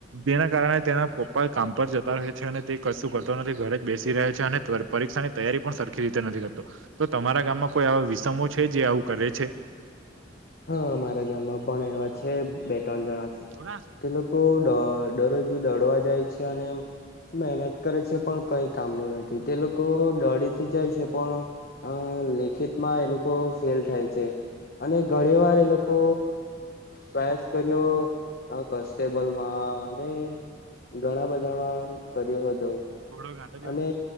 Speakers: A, on the right; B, on the left.
A: જેના કારણે તેના પપ્પા કામ પર જત રહે છે, અને તે કશું કરતો નથી ઘરે જ બેસી રહે છે, અને પરીક્ષાની તૈયારી પણ સર જેવી રીતે નથી કરતો તો તમારા ગામમાં કોઈ એવા વિષમો છે જે આવું કરે છે.
B: હા મારા ગામમાં પણ એવા છે, બે ત્રણ જણા છે
A: ઘોડા
B: તે લોકો દો દરરોજ દડવા જાય છે, અને મહેનત કરે છે પણ કઈ કામનું નથી, તે લોકો દોડી જાય છે, પણ અ લેખિતમાં એ લોકો ફેલ થાય છે. અને ઘણી વાર એ લોકો પ્રયાસ કર્યો, કોન્સ્ટેબલમાં ને ઘણા બધામાં કર્યો હતો.
A: ઘોડો <unintelligible>
B: અને